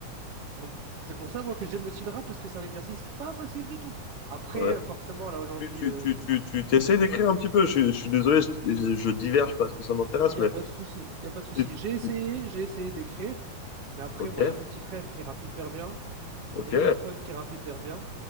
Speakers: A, on the right (about 50°); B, on the left (about 50°).
A: Donc c'est pour ça moi que j'aime aussi le rap parce que c'est un exercice pas facile du tout. Après
B: Ouais. ouais.
A: forcément là aujourd'hui
B: Tu,
A: euh,
B: tu, tu, tu, tu t'essayes d'écrire un petit peu. Je, je suis désolé, je, je diverge parce que ça m'intéresse,
A: il n'y
B: mais
A: a pas de souci, il y a pas de souci.
B: tu- tu-
A: J'ai essayé,
B: tu-
A: j'ai essayé d'écrire, mais après
B: ok,
A: moi il y a mon petit frère qui rappe hyper bien,
B: ok.
A: il y a mon meilleur pote qui rappe hyper bien.